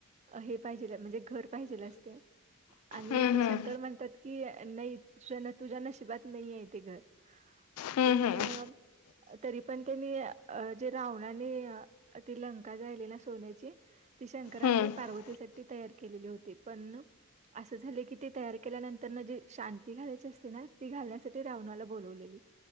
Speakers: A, on the right; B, on the left.
A: हे पाहिजे म्हणजे घर पाहिजेला असते आणि
B: हम्म,
A: ते
B: हम्म.
A: शंकर म्हणतात की नाही त तुझ्याना अ ब नाही आहे ते घर
B: हम्म,
A: पण
B: हम्म.
A: तरी पण त्यांनी जे रावणाने ती लंका जायली ना सोन्याची ती शंकरांनी
B: हम्म.
A: पार्वतीसाठी तयार केलेली होती पण असं झाले की ते तयार केल्यानंतर ना जी शांती घालायची असते ना ती घालण्यासाठी रावणाला बोलवलेली